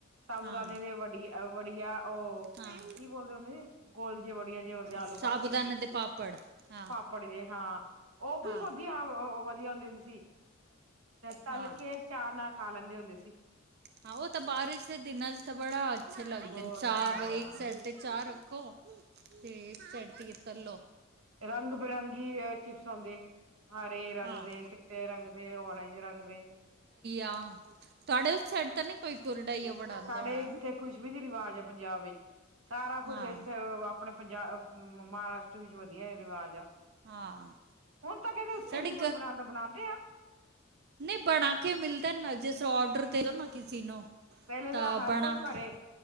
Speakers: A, on the right; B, on the right.
A: ਸਾਬੂ
B: ਹਾਂ
A: ਦਾਨੇ ਦੇ ਵੜ ਵੜੀਆ ੳਹ
B: ਹਾਂ
A: ਕੀ ਬੋਲਦੇ ਹੁੰਦੇ ਨੇ, ਗੋਲ ਜੇ ਵੜੀਆ ਜਿਆ ਹੁੰਦਿਆਂ ਆਲੂ
B: ਸਾਬੂਦਾਨੇ
A: ਪਾ ਕੇ
B: ਦੇ ਪਾਪੜ ਹਾਂ
A: ਪਾਪੜ ਜੇ ਹਾਂ, ੳਹ ਵੀ
B: ਹਾਂ
A: ਵਧੀਆ ਵਧੀਆ ਹੁੰਦੀ ਸੀ। ਤਲ
B: ਹਾਂ
A: ਕੇ ਚਾਅ ਨਾਲ ਖਾ ਲੈਂਦੇ ਹੁੰਦੇ ਸੀ।
B: ਹਾਂ, ੳਹ ਤਾ ਬਾਰਿਸ਼ ਦੇ ਦਿਨਾਂ ਚ ਤਾ ਬੜਾ ਅੱਛਾ ਲੱਗਦੇ
A: ਬਹੁਤ
B: ਨੇ। ਚਾਅ,
A: ਹਾਂ
B: ਇੱਕ ਸਾਈਡ ਤੇ ਚਾਅ ਰੱਖੋ ਤੇ ਏਕ ਸਾਈਡ ਤੀ ਏ ਤਲੋੋ।
A: ਰੰਗ-ਬਿਰੰਗੀ ਅ ਚਿਪਸ ਔਂਦੇ। ਹਰੇ ਰੰਗ
B: ਹਾਂ
A: ਦੇ, ਚਿੱਟੇ ਰੰਗ ਦੇ, ਔਰਂਜ ਰੰਗ ਦੇ।
B: ਹਾਂ, ਤੁਹਾਡੇ ੳਸ ਸਾਇਡ ਤਾਂ ਨੀ ਕੋਈ ਕੁਰਡਾਈ ਏ ਬਨਾਦਾਂ
A: ਸਾਡੇ
B: ਹੋਨਾ?
A: ਇੱਥੇ ਕੁਛ ਵੀ ਨੀ ਰਿਵਾਜ ਐ ਪੰਜਾਬ ਵਿੱਚ, ਸਾਰਾ
B: ਹਾਂ
A: ਕੁੱਛ ਏਥੇ ੳ ਅਪਣੇ ਪੰਜਾਬ ਮਹਾਰਾਸ਼ਟ ਵਿੱਚ ਵਧੀਆ ਰਿਵਾਜ ਆ
B: ਹਾਂ
A: ਹੁਨ ਤਾਂ ਕੈਂਦੇ ਉੱਥੇ
B: ਸਾਡੇ
A: ਵੀ ਨੀ ਕੋਈ ਬਨਾਂਦਾ। ਬਨਾਂਦੇ ਆ?
B: ਨਈ ਬਨਾ ਕੇ ਮਿਲਦਾ ਨਾ, ਜਿਸਰਾ ਔਡਰ ਦੇਦੋ ਨਾ ਕਿਸੇ ਨੂੰ।
A: ਪੈਲੇ ਤਾਂ ਹਰ
B: ਬਣਾ
A: ਕੋਈ
B: ਕੇ
A: ਘਰੇ